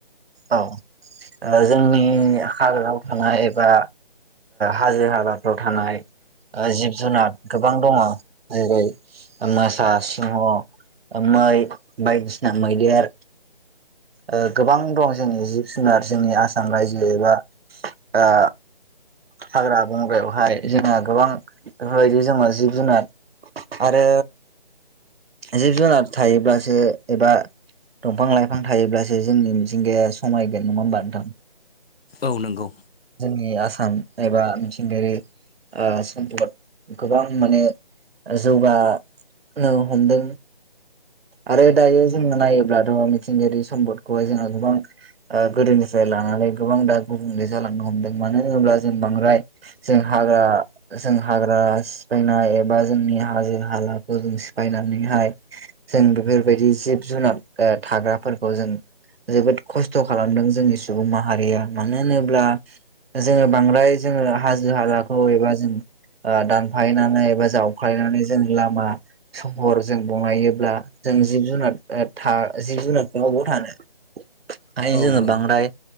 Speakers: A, on the right; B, on the left.
A: औ ओ जोंनि हाग्रायाव थानाय एबा हाजो हालाफ्राव थानाय ओ जिब जुनार गोबां दङ जेरै मोसा सिंह माय बायदिसिना मैदेर ओ गोबां दं जोंनि जिब जुनार जोंनि आसाम रायजो एबा ओ हाग्रा बंग्रायावहाय जोंहा गोबां बेफोरबायदि जों जिब जुनार आरो जिब जुनार थायोब्लासो एबा दंफां लाइफां थायोब्लासो जोंनि मिथिंगाया समायगोन नङा होमबा नोंथां।
B: औ नंगौ
A: जोंनि आसाम एबा मिथिंगायारि ओ सम्फद गोबां माने जौगानो हमदों। आरो दायो जोङो नायोब्लाथ' मिथिंगायारि सम्पदखौहाय जोङो गोबां ओ गोदोनिफ्राय लानानै गोबां दा गुबुंले जालांनो हमदों मानो होनोब्ला जों बांद्राय जों हाग्रा जों हाग्रा सिफायनाय एबा जोंनि हाजो हालाखौ जों सिफायनानैहाय जों बेफोरबायदि जिब जुनार ओ थाग्राफोरखौ जों जोबोद खस्थ' खालामदों जोंनि सुबुं माहारिया मानो होनोब्ला जोङो बांद्राय जोङो हाजो हालाखौ एबा जों ओ दानफायनानै एबा जावफ्लायनानै जों लामा सहर जों बनायायोब्ला जों जिब जुनार ओ जिब जुनारफोर अबाव थानो खायनो
B: औ
A: जोङो
B: नंगौ
A: बांद्राय